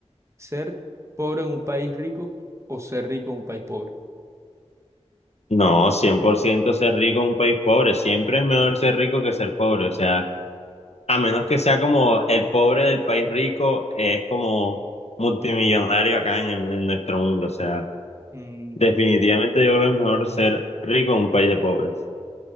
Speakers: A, on the right (about 25°); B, on the left (about 70°).
A: ¿Ser pobre en un país rico o ser rico en un país pobre?
B: No, cien por ciento ser rico en un país pobre. Siempre es mejor ser rico que ser pobre. O sea, A menos que sea como el pobre del país rico, eh, es como multimillonario acá en, en nuestro mundo. O sea,
A: Mm,
B: definitivamente yo creo que es mejor ser rico en un país de pobres.